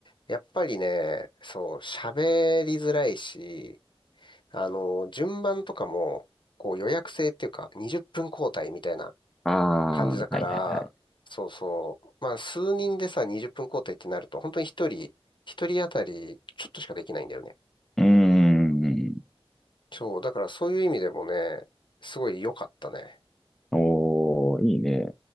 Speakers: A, on the left; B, in the centre.
A: やっぱりね、そう、喋りづらいし、あの、順番とかも、こう予約制っていうか、20分交代みたいな
B: ああ、
A: 感じだから、
B: はいはいはい。
A: そうそう。まあ、数人でさ、20分交代ってなると、本当に一人、一人当たり、ちょっとしかできないんだよね。
B: うーん。
A: そう、だからそういう意味でもね、すごい良かったね。
B: おー、いいね。